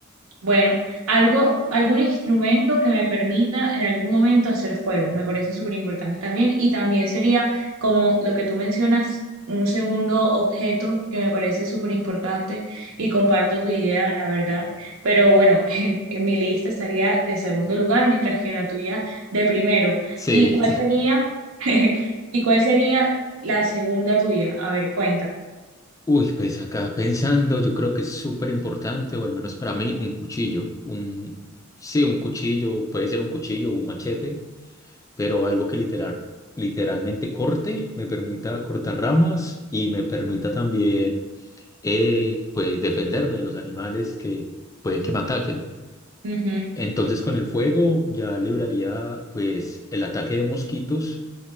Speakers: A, on the right; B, on the left.
A: Bueno, algo, algún instrumento que me permita en algún momento hacer fuego, me parece súper importante también. Y también sería como lo que tú mencionas, un segundo objeto que me parece súper importante y comparto tu idea, la verdad. Pero bueno, <laughs> en, en mi lista estaría de segundo lugar, mientras que en la tuya de primero.
B: sí.
A: ¿Y cuál sería, <laughs> y cuál sería la segunda tuya? A ver, cuéntame.
B: Uy, pues acá pensando, yo creo que es súper importante, o al menos para mí, un cuchillo. Un, sí, un cuchillo, puede ser un cuchillo o un machete, pero algo que literal, literalmente corte, me permita cortar ramas y me permita también, eh, pues, defenderme de los animales que pueden que me ataquen.
A: Ujú,
B: Entonces, con el fuego ya libraría, pues, el ataque de mosquitos